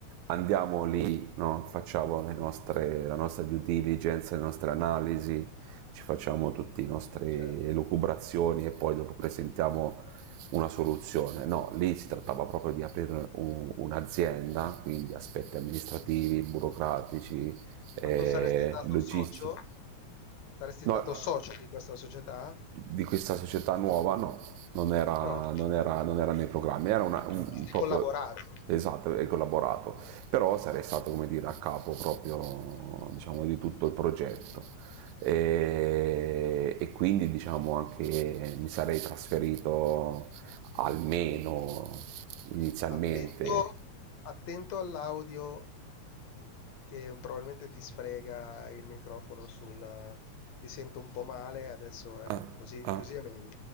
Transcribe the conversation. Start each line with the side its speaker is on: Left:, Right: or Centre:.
Right: andiamo lì, no? facciamo le nostre, la nostra due diligence, le nostre analisi, ci facciamo tutte le nostre
Left: certo.
Right: elucubrazioni e poi dopo presentiamo una soluzione. No, lì si trattava proprio di aprire u- un'azienda, quindi aspetti amministrativi, burocratici, eh,
Left: Ma tu saresti stato
Right: logistici.
Left: socio? Saresti
Right: No,
Left: stato socio di questa società?
Right: di questa società nuova, no, non era,
Left: No,
Right: non era, non era nei programmi, era una- un,
Left: ci avresti
Right: un proprio
Left: collaborato.
Right: esatto, e collaborato, però sarei stato, come dire, a capo proprio, diciamo, di tutto il progetto. E, e quindi, diciamo, anche mi sarei trasferito almeno inizialmente.
Left: Attento, attento all'audio che probabilmente ti sfrega il microfono sul... ti sento un po' male, adesso ecco,
Right: Ah,
Left: così,
Right: ah.
Left: così è meglio.